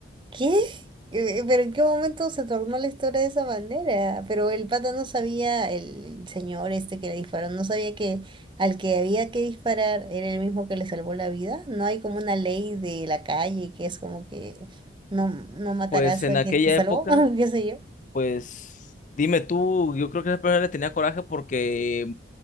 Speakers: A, on the right (about 25°); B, on the left (about 40°).
A: ¿Qué? Eh, eh, ¿Pero en qué momento se tornó la historia de esa manera? Pero el pata no sabía, el el señor este que le disparó, no sabía que al que había que disparar era el mismo que le salvó la vida. No hay como una ley de la calle que es como que no, no matarás
B: Pues en
A: a
B: aquella
A: quien te salvó,
B: época,
A: <laughs> qué sé yo.
B: pues dime tú, yo creo que esa persona le tenía coraje porque,